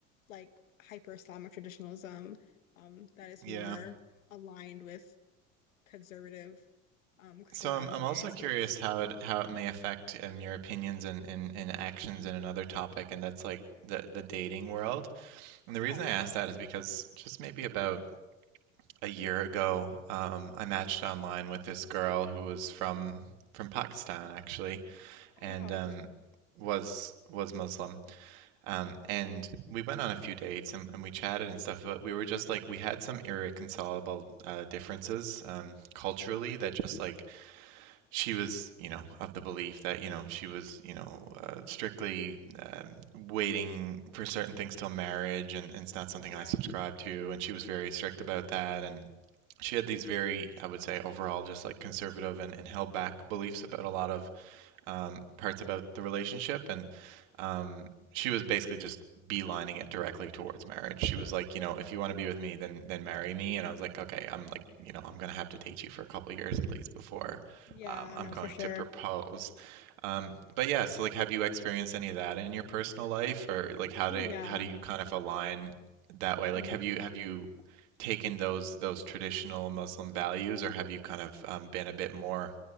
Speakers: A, on the left (about 75°); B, on the right (about 60°).
A: like hyper Islamic traditionalism, um, that is
B: Yeah.
A: more aligned with conservative um Christian
B: So
A: values
B: I'm I'm
A: in the
B: also
A: United States.
B: curious how
A: Mm,
B: it how it may affect um, your opinions and, and, and actions in another topic, and that's like the the dating world. And the
A: Yeah.
B: reason I asked that is because just maybe about a year ago, um, I matched online with this girl who was from from Pakistan actually,
A: Oh
B: and
A: wow,
B: um,
A: interesting.
B: was was Muslim. Um, and we went on a few dates and, and we chatted and stuff, but we were just like we had some irreconcilable uh, differences um, culturally
A: hmm
B: that just like she was, you know, of the belief that, you know, she was, you know, uh, strictly um, waiting for certain things till marriage, and, and it's not something
A: Yeah.
B: I subscribe to. And she was very strict about that. And she had these very, I would say, overall, just like conservative and, and held back beliefs about a lot of um, parts about the relationship, and um, she was basically just beelining it directly towards marriage. She was like, you know, if you want to be with me, then then marry me. And I was like, okay, I'm like, you know, I'm gonna have to date you for a couple of years at least before
A: Yeah,
B: um, I'm
A: no,
B: going
A: for sure.
B: to propose. Um, but yeah, so like, have you experienced any of that in your personal life, or like, how
A: Oh
B: do
A: yeah.
B: how do you kind of align that way?
A: hmm
B: Like, have you have you taken those those traditional Muslim values, or have you kind of um, been a bit more